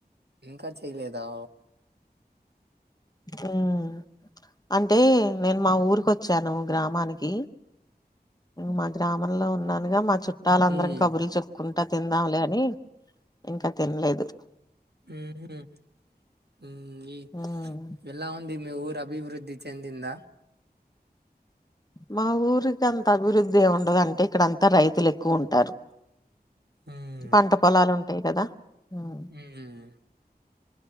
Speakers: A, on the right; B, on the left.
A: ఇంకా చెయలేదా
B: ఉమ్ అంటే నేను మా ఊరికి ఒచ్చాను గ్రామానికి మా గ్రామంలో ఉన్నానుగా మా చుట్ ట్టళ్ళందరం
A: మ్మ్
B: కబుర్లు చెప్పుకున్ అట్టా తిందాంలే అని ఇంకా తినలేదు
A: ఉహ్ హుమ్ ఉ ఇ
B: ఉమ్
A: ఎలా ఉంది మీ ఊర అభివృద్ధి చెందింద
B: మా ఊరికి అంత అభివృద్ధి ఏముండదంటి ఇక్కడంతా రైతులు ఎక్కువుంటారు
A: మ్మ్
B: పంట పొలాలు ఉంటాయి కదా ఉమ్
A: మ్మ్